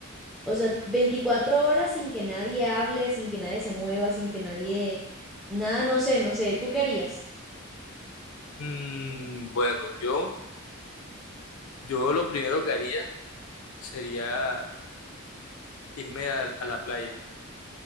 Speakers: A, in the centre; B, on the left.
A: o sea, 24 horas sin que nadie hable, sin que nadie se mueva, sin que nadie, nada, no sé, no sé, ¿tú qué harías?
B: Mm, bueno, yo, yo lo primero que haría sería irme a a la playa